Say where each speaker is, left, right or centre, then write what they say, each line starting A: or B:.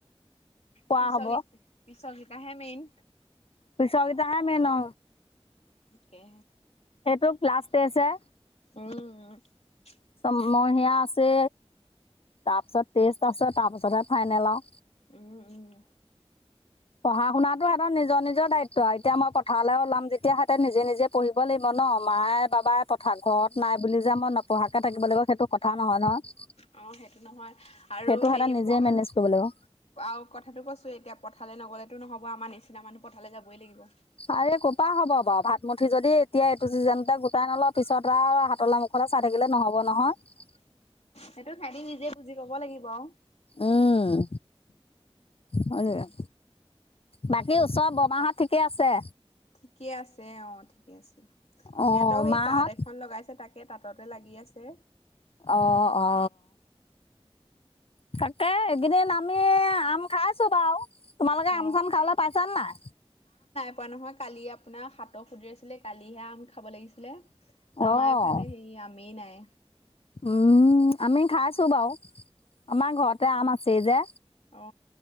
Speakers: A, on the left; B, on the left.
A: কোৱা
B: পিছ
A: হ'ব।
B: গিত পিছৰ গিতা হে মেইন।
A: পিছৰ গিতা হে মেইন অ।
B: ঠিকে
A: সেইটো ক্লাছ টেষ্ট হে।
B: <unintelligible>
A: ছমহীয়া আছে। তাৰপিছত টেষ্ট আছে, তাৰপিছতহে ফাইনেল আও।
B: উম, উম।
A: পঢ়া-শুনাতো সিহঁতৰ নিজৰ নিজৰ দায়িত্ব আৰু। এতিয়া মই পথাৰলৈ ওলাম যেতিয়া সিহঁ তে নিজে নিজে পঢ়িব লাগিব ন। মায়ে, বাবাই পথাৰত ঘৰত নাই বুলি যে মই ন নপঢ়াকে থাকিব লাগিব সেইটো কথা নহয় নহয়।
B: অ সেইটো নহয় আৰু
A: সেইটো সিহঁতে
B: হেৰি
A: নিজে
B: পঢ়া
A: মেনেজ কৰিব লাগিব
B: আৰু কথাটো কৈছোঁ এতিয়া পথাৰলৈ নগ'লেতো নহ'ব আমাৰ নিচিনা মানুহ পথাৰলৈ যাবই লাগিব।
A: আৰে কৰ পৰা হ'ব বাৰু। ভাত মুঠি যদি এতিয়া এইটো চিজনতে গোটাই নলওঁ পিছত আৰু হাতলে মুখলৈ চাই থাকিলে নহ'ব নহয়।
B: সেইটো তেহতি নিজে বুজি পাব লাগিব আৰু।
A: উম হয় দিয়া।
B: আৰু
A: বাকী ওচৰ বৰমাহঁত ঠিকে আছে?
B: ঠিকে আছে, অ ঠিকে আছে।
A: অঁ
B: সিহঁতৰ সেই
A: মাহঁত
B: তাঁত এখন লগাইছে, তাকে তাঁততে লাগি আছে।
A: অ, অ তাকে, এইকেইদিন আমি আম খাইছোঁ বাৰু। তোমালোকে
B: অ
A: আম-চাম খাবলৈ পাইছানে নাই?
B: খোৱা নহয়। কালি আপোনাৰ হাতক সুদ্ৰি আছিলে, কালিহে আমি খাব লাগিছিল। ছিলে। আমাৰ
A: অঁ
B: এফালে সেই আমেই নাই।
A: উম আমি খাইছোঁ বাৰু। আমাৰ ঘৰতে আম আছে যে।
B: অ অ